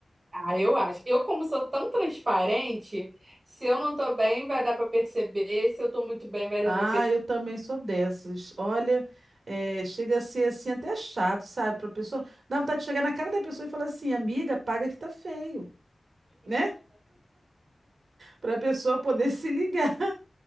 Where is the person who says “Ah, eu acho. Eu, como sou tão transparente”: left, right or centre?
Right